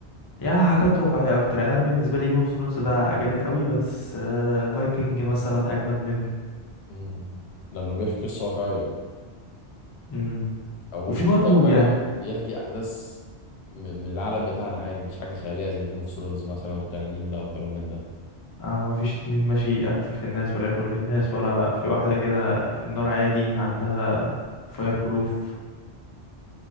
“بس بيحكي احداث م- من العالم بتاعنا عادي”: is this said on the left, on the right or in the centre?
Left